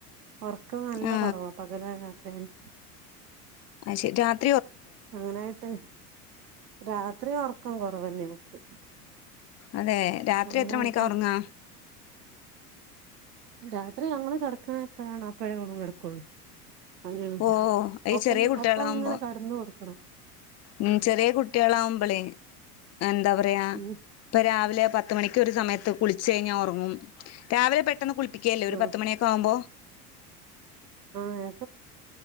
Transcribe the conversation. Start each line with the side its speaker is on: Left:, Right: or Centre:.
Right: ഒറക്കം നല്ല
Left: ആ
Right: കൊറവാ പകലായാ രാത്രി ആയാലു
Left: <unintelligible>
Right: അങ്ങനെയിട്ട്, രാത്രി ഒറക്കം കൊറവല്ലേ ഓക്ക്.
Left: അതേ രാത്രി
Right: അങ്ങനായിട്ട്
Left: എത്ര മണിക്കാ ഒറങ്ങാ?
Right: രാത്രി ഞങ്ങള് കെടക്ക്ണെ എപ്പഴാണോ അപ്പഴേ ഓളും കെടക്കൊള്ളൂ. <inaudible>
Left: ഓ ഈ
Right: ഒപ്പ
Left: ചെറിയ കുട്ടികളാവുമ്പോ
Right: ഒപ്പങ്ങനെ കടന്ന് കൊട്ക്കണം.
Left: ഉം ചെറ്യേ കുട്ട്യേളാവുമ്പളേ ന്താ പറയാ
Right: ഉം
Left: ഇപ്പ രാവിലെ പ പത്ത് മണിക്ക് ഒര് സമെയത്ത് കുളിച്ച് കഴിഞ്ഞാ ഒറങ്ങും. രാവിലെ പെട്ടെന്ന് കുളിപ്പിക്കേല്ലേ ഒരു
Right: ആ
Left: പത്തുമണ്യോക്കെ ആവുമ്പോ?
Right: ആ നേര്ത്തുളിപ്പിക്കല്ണ്ട്.